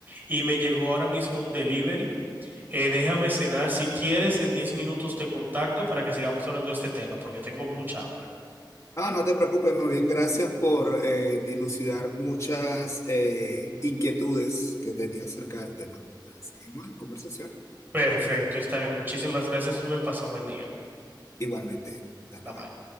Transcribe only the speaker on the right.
Y me llegó ahora mismo un delivery. Eh, déjame cenar. Si quieres, en 10 minutos te contacto para que sigamos hablando de este tema, porque tengo mucha hambre.
Perfecto, está bien. Muchísimas gracias, Rubén. Pasa buen día.
Bye
bye.